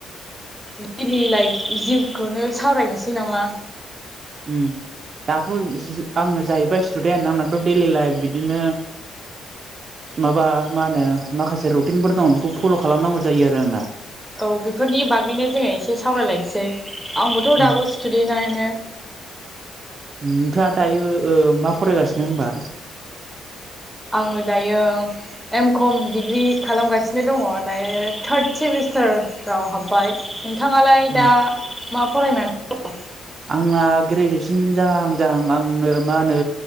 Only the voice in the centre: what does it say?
दैलि लाइक जिउखौनो सावरायनोसै नामा?
औ बेफोरनि बागैनो जोङो एसे सावरायलायनोसै आंबोथ'
दाबो स्टुडे नायनो
आङो दायो एम कम डिग्रि खालामगासिनो दङ दायो थार्द सेमिस्टार रफ्राव हाबबाय नोंथाङालाय
दा मा फरायनानै दङ।